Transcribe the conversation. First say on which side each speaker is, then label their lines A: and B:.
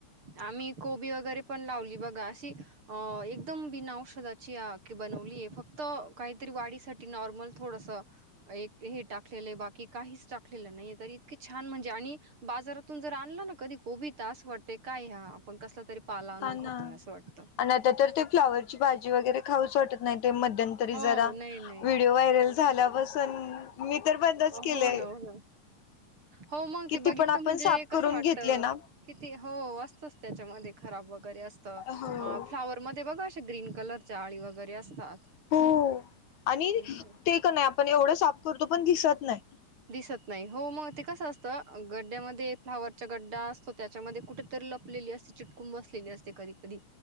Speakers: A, on the right (about 45°); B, on the left (about 70°).
A: आम्ही कोबी वगैरे पण लावली बघा अशी अ एकदम बिन औषधाची की बनवलीय फक्त काहीतरी वाढीसाठी नॉर्मल थोडस एक हे टाकलेलं आहे बाकी काहीच टाकलेलं नाहीये तर इतके छान म्हणजे आणि बाजारातून जर आणला ना कधी कोबी त अस वाटते काय हा आपण कस तरी पाला आणनू
B: हा
A: खातोय
B: ना
A: असं वाटत
B: आणि आता तर ते फ्लावरची भाजी वगैरे खाऊस वाटत नाही ते मध्यंतरी
A: हो
B: जरा
A: नाही नाही.
B: व्हिडिओ व्हायरल झाल्या पासून पण मी तर बंदच
A: हो
B: केलय
A: ना हो ना. हो मग
B: किती
A: ते बघितलं
B: पण आपण
A: म्हणजे
B: साफ
A: कसं
B: करून
A: वाटतं.
B: घेतले ना
A: किती हो असतच त्याच्यामध्ये खराब वगैरे असत अं
B: हो
A: अं फ्लाॉवर मध्ये बघा अशा ग्रीन कलरच्या आळी वगैरे असतात.
B: हो आणि
A: अच्छा,
B: ते का नाही आपण एवढं साफ करतो पण दिसत नाही.
A: दिसत नाही हो मग ते कसं असतं गड्डयामध्ये फ्लावर गड्डा असतो त्याच्यामध्ये कुठेतरी लपलेली असते चिटकून बसलेली असते कधी कधी